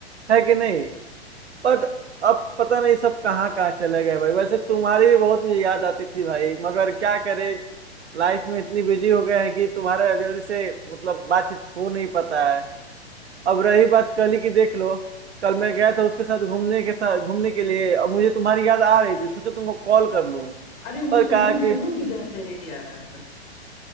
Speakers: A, on the right; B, on the left.
A: है कि नहीं पर अब पता नहीं सब कहाँ कहाँ चले गए भाई वैसे तुम्हारी भी बहुत मुझे याद आती थी भाई मगर क्या करे लाइफ में इतनी बिजी हो गए हैं कि तुम्हारा जल्दी से मतलब बातचीत हो नहीं पाता है अब रही बात कल ही की देख लो कल मैं गया था उसके साथ घूमने के साथ घूमने के लिए अब मुझे तुम्हारी याद आ रही थी सोचा तुमको कॉल कर लूं
B: अरे वो
A: पर
B: सोहन
A: कहा कि
B: सोहन किधर है यार